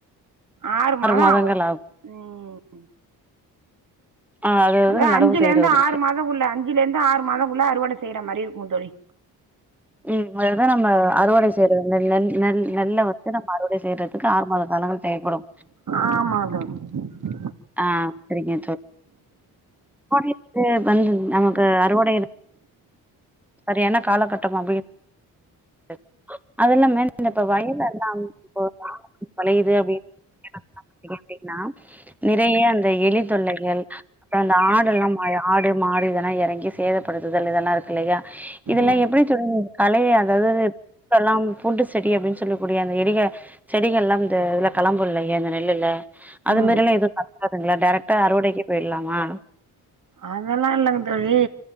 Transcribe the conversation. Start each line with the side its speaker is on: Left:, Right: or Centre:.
Right: ஆறு மாதோ
Centre: மாதங்கள்
Right: ஆவோ
Centre: ஆகும்
Right: ம்
Centre: ஆ அதாவது
Right: அதா
Centre: நடவு
Right: அஞ்சுல
Centre: செய்றதற்கு
Right: இருந்து ஆறு மாதோ குள்ள அஞ்சுல இருந்து ஆறு மாதோ குள்ள அறுவட செய்யுற மாதிரி இருக்கோ தோழி
Centre: ம் அதுதா நம்ம அறுவடை செய்யறது நல் நல் நெல்ல வெச்சு நம்ம அறுவடை செய்யறதுக்கு ஆறு மாத காலங்கள் தேவைப்படும்
Right: ஆமாங்க தோழி
Centre: ஆ செரிங்க தோழி அறுவடைக்கு வந்து நமக்கு அறுவடை சரியான காலகட்டமா <inaudible> அதெல்லாமே இப்ப வயல் எல்லா இப்ப ஒலையுது அப்டின்னு <inaudible> கேட்டீங்ன்னா நிறைய அந்த எலி தொல்லைகள் அப்றோ அந்த ஆடெல்லா மா ஆடு மாடு இதெல்லா எறங்கி சேதப்படுத்துதல் இதெல்லா இருக்குல்லயா இதெல்லா
Right: ம்
Centre: எப்டி தோழி நீங்க கலய அதாவது வரப்பெல்லா பூண்டு செடி அப்டீன்னு சொல்லக்கூடிய அந்த எடிக செடிகள்லா இந்த இதுல கெளம்புல்லையே இந்த நெல்லுல அது
Right: ம்
Centre: மாரில்லா எது <unintelligible> டேரெக்டா அறுவடைக்கே போயிர்லாமா
Right: அதெல்லா இல்லங்க தோழி